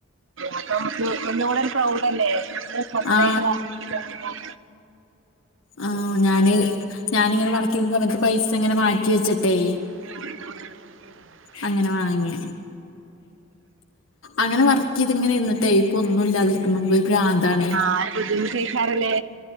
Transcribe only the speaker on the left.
ആ
ആഹ് ഞാന് ഞാനിങ്ങനെ വർക്ക് ചെയ്ത അവസാനത്തെ പൈസ അങ്ങനെ മാറ്റി വെച്ചിട്ടെ
അങ്ങനെ വാങ്ങി അങ്ങനെ പറ് ഇതിങ്ങനെ ഇിര്നിട്ട് ഇപ്പൊ ഒന്നും ഇല്ലാതെ ഇരിക്കുമ്പ പ്രാന്താണെ